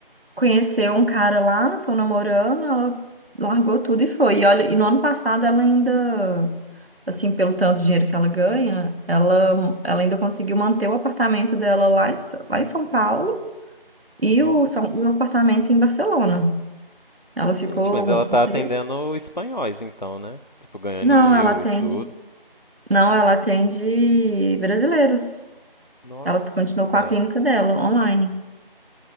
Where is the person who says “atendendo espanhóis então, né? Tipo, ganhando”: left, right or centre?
Left